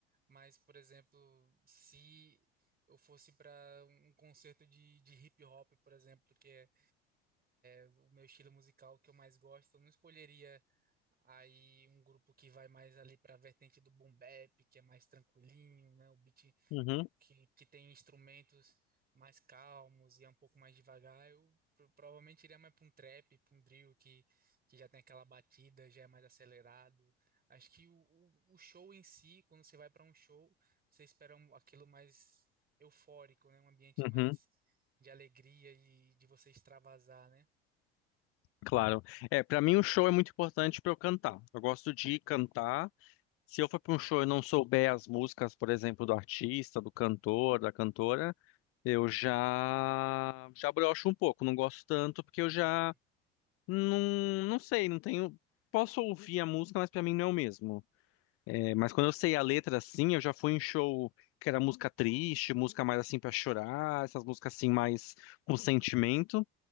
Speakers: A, on the right; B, on the left.
A: Mas, por exemplo, se eu fosse para um concerto de, de hip hop, por exemplo, que é, é o meu estilo musical que eu mais gosto, eu não escolheria aí um grupo que vai mais ali para a vertente do boom bap, que é mais tranquilinho, né? O beat
B: Uhum,
A: que, que tem instrumentos mais calmos e é um pouco mais devagar, eu pro- provavelmente iria mais para um trap, para um drill que, que já tem aquela batida, já é mais acelerado. Acho que o, o, o show em si, quando você vai para um show, você espera um- aquilo mais eufórico, né? Um ambiente
B: uhum,
A: mais de alegria e de você extravasar, né?
B: claro. É, para mim o show é muito importante para eu cantar. Eu gosto de cantar Se eu for para um show e não souber as músicas, por exemplo, do artista, do cantor, da cantora, eu já já broxo um pouco, não gosto tanto porque eu
A: Uhum.
B: já não não sei, não tenho posso ouvir a música, mas para mim não é o mesmo. É, mas quando eu sei a letra assim, eu já fui em show que era música triste, música mais assim para chorar, essas músicas assim mais com sentimento,